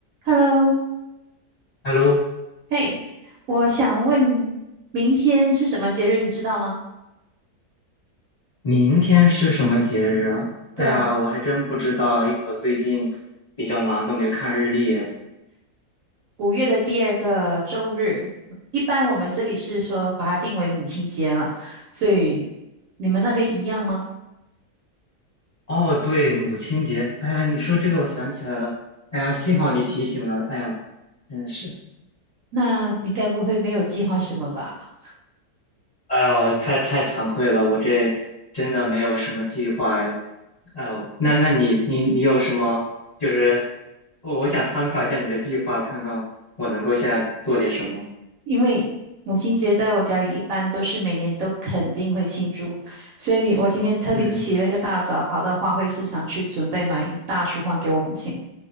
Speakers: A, on the right; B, on the left.
A: Hello，
B: Hello，
A: 嘿，我想问，明天是什么节日？你知道吗？
B: 明天是什么节日啊？
A: 对啊，
B: 哎呀，我还真不知道，因为我最近比较忙，都没看日历。
A: 五月的第二个周日，一般我们这里是说把它定为母亲节嘛，所以你们那边一样吗？
B: 哦，对，母亲节。哎呀，你说这个，我想起来了。哎呀，幸好你提醒了。哎呀，真的是，
A: 那你该不会没有计划什么吧？
B: 哎呦，太太惭愧了，我这真的没有什么计划哎。哎呦，那那你你你有什么？就是我我想参考一下你的计划，看看我能够现在做点什么。
A: 因为母亲节在我家里一般都是每年都肯定会庆祝，所以你我今天特地起了个大早，
B: 嗯。
A: 跑到花卉市场去准备买一大束花给我母亲。